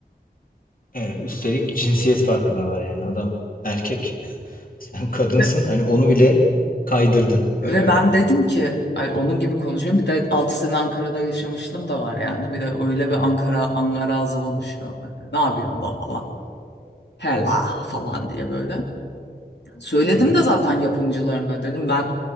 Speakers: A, on the left; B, on the left.
A: Evet, üstelik cinsiyet farkı da var yani adam erkek. <laughs> Sen kadınsın
B: Ve,
A: hani onu bile kaydırdın öyle
B: ve
A: mi?
B: ben dedim ki ay onun gibi konuşuyorum. Bir de 6 sene Ankara'da yaşamışlığım da var yani. Bir de öyle bir Ankara Angarazı konuşuyorum. böyle. Ne yapıyorsun la falan. Hela falan diye böyle. Söyledim
A: Hı hı.
B: de zaten yapımcılarına dedim ben